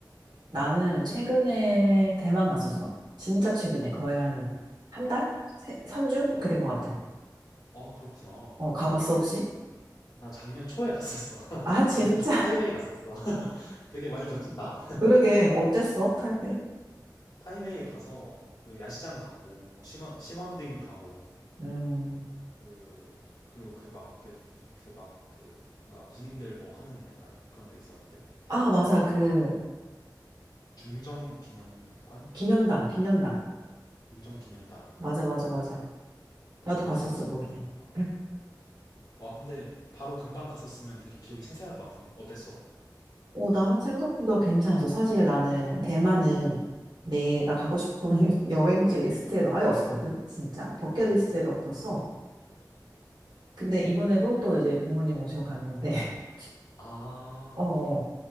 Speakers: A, on the right; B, on the left.
A: 나는 최근에 대만 갔었어. 진짜 최근에 거의 한 한 달? 세, 3주?
B: 와,
A: 그렇게 된 것 같아.
B: 아 그렇구나.
A: 어, 가봤어, 혹시?
B: 나 작년 초에 갔었어. <laughs>
A: 아, 진짜?
B: 작년 초에 타이베이 갔었어. <laughs> 되게 많이 겹친다.
A: <laughs> 그러게. 어땠어, 타이이
B: 타이베이 가서 그 야시장 가고 뭐 심원 심원딩 가고
A: 음.
B: 그 그리고 그막그 그 막 그 뭔가 군인들 뭐 하는 약간 그런 데 있었는데
A: 아, 맞아.
B: 그런데
A: 그
B: 중정 기념관
A: 기념당, 기념당.
B: 중정 기념당
A: 맞아, 맞아, 맞아.
B: 그런
A: 나도
B: 곳을
A: 봤었어,
B: 갔었본
A: 거기.
B: 기억이 난다.
A: 응.
B: 와 근데 바로 금방 갔었으면 되게 기억이 생생할 것 같은데 어땠어?
A: <clears throat> 어, 나는 생각보다 괜찮았어. 사실 나는 대만은 내가 가고 싶은 <laughs> 여행지 리스트에도 아예 없었거든. 진짜. 버킷리스트에도
B: 아,
A: 없었어. 근데 이번에도 또 이제 부모님 모시고 갔는데, <laughs>
B: 아,
A: 어,